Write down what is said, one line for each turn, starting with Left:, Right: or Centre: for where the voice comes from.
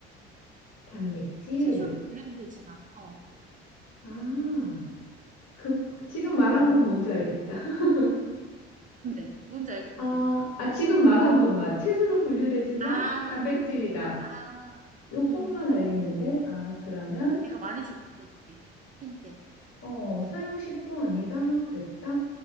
Left: 단백질
Right: 채소로 분류는 되지만, 어,
Left: 아 그 지금
Right: 어.
Left: 말한 건 뭔지 알겠다. <laughs>
Right: 근데, 뭔지 알겠지?
Left: 아, 아 지금 말한 것만 채소로 분류되지만
Right: 아,
Left: 단백질이다.
Right: 아,
Left: 요것만
Right: 응, 응.
Left: 알겠는데 아 그러면
Right: 내가 많이 줬다, 그치? 힌트.
Left: 어 서양식도 아니다 그랬다.